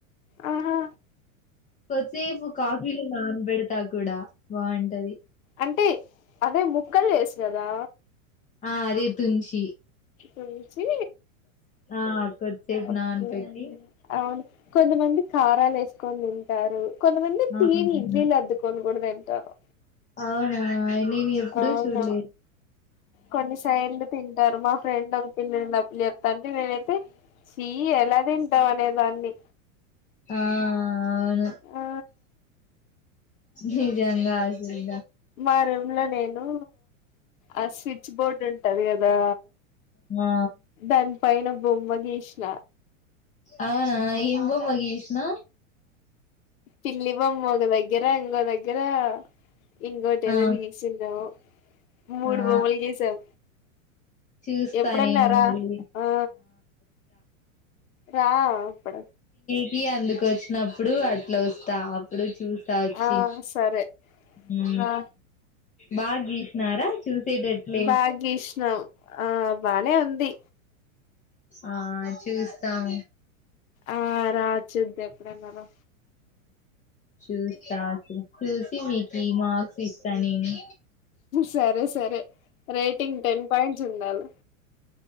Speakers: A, on the left (about 75°); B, on the left (about 20°).
A: అహ
B: కొద్దిసేపు కాఫీలో నానబెడతా కూడా బాగుంటది
A: అంటే అదే ముక్కలు వేసు కదా
B: ఆ అదే తుంచి
A: తుంచి
B: ఆ కొద్దిసేపు
A: ఒకే
B: నానపెట్టి
A: అవును కొంతమంది కారాలు వేసుకొని తింటారు కొంతమంది
B: ఆ
A: టీని
B: అవును.
A: ఇడ్లీలద్దుకొని కూడా తింటారు
B: అవునా నేను ఎప్పుడు
A: అవును
B: చూడలే
A: కొన్ని సైడ్లు తింటారు మా ఫ్రెండ్ ఒక పిల్ల ఉండె ఆ పిల్ల చెప్తాంటే నేను తే చీ ఎలా తింటావ్ అనేదాన్ని
B: ఆ అవును
A: ఆ
B: నిజంగా అసలు
A: మా రూమ్ లో నేను ఆ స్విచ్ బోర్డ్ ఉంటది కదా
B: ఆ
A: దాని పైన బొమ్మగీష్ణ
B: అవునా ఏమి బొమ్మ గీసిన
A: పిల్లి బొమ్మ ఒక దగ్గర ఇంకో దగ్గర ఇంగోటి
B: ఆ
A: ఏదో గీసిన్ను మూడు
B: ఆ
A: బొమ్మలు గిసాం
B: చూస్తా
A: ఎప్పుడన్నరా
B: నేను మళ్ళీ
A: ఆ రా అప్పుడు
B: కి అందుకు వచ్చినప్పుడు అట్ల వస్తా అప్పుడు చూస్తా వచ్చి
A: ఆ సరే
B: ఊ
A: రా
B: బాగా గీసినారా చూసేటట్లే
A: బాగా గీసినాం ఆ బానే ఉంది
B: ఆ చూస్తాం
A: ఆ రా చూద్దాం ఎప్పుడన రా
B: చూసకె చూసి మీకి మార్క్స్ ఇస్తా నేను
A: సరే సరే రేటింగ్ టెన్ పాయింట్స్ ఉండాలి